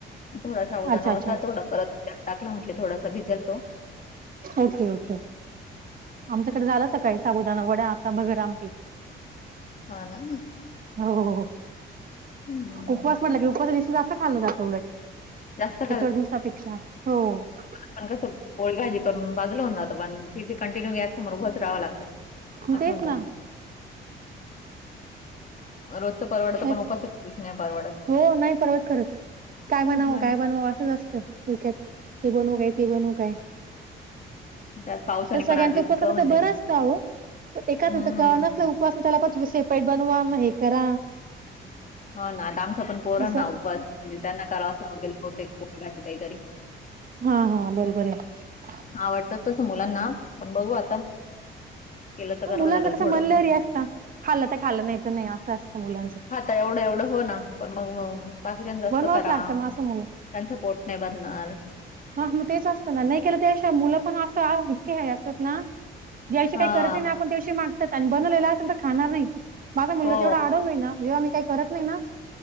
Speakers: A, on the left; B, on the right.
A: थोडा साबुदाणा
B: अच्छा अच्छा
A: होता थोडा परत टाकला म्हटल थोडासा भिजल तो.
B: ओके- ओके आमच्याकडे झाला सकाळी साबुदाणा वडा आता बघर आमटी.
A: हा ना.
B: हो- हो.
A: हम्म.
B: उपवास म्हटला की उपवासा दिवशी जास्त खाल्लं जात उलट
A: जास्त
B: इतर दिवसापेक्षा हो. <inaudible>
A: पण कसं पोळी भाजी करून भाजूला होऊन जातं पण तिथे कंटिन्यू गॅस समोर उभच राहावं लागतं.
B: <inaudible>
A: असं
B: तेच
A: होऊन जातं.
B: ना.
A: रोजच परवडत
B: तेच
A: पण उपासाच्या दिवशी नाही परवडत.
B: हो नाही परवडत खरंच काय बनवू
A: हं, हं.
B: काय बनवू असंच असतंय डोक्यात हे बनवू काय ते बनवू काय.
A: त्यात पावसाने
B: तर सगळ्यांचा
A: पण आज इतकं
B: उपवास असला
A: म्हणजे
B: तर बरा असत अहो पण एखाद्या
A: हं.
B: का नसला उप त्याला परत स्वयंपाक बनवा मग हे करा.
A: ह ना आता आमच्या पण पोरांना
B: असं
A: उपवास म्हणजे त्यांना करावंच लागेल बहुतेक पोळी भाजी काहीतरी.
B: हा- हा बरोबर आहे
A: आवडतं तसं मुलांना पण बघू आता. केलं तर
B: ह
A: करावं
B: मुलांच
A: लागेल
B: कस
A: थोडसं.
B: मन लहरी असता खाल्लं तर खाल्लं नाही तर नाही असं असतं मुलांच.
A: तर एवढं एवढं हो ना पण मग बाकीच्या जास्त
B: बनवावंच
A: करा
B: लागतं मग असं मुलं
A: त्यांचं पोट नाही भरणार.
B: हा मग तेच असतं ना नाही केलं अश मुलं पण असं इतके असत ना ज्या दिवशी
A: हा
B: काही करत ना आपण दिवशी मागतात आणि बनवलेल खाणार नाही माझा मुलगा
A: हो
B: ऐवढा आढव आहे ना जेव्हा मी काही करत नाही ना.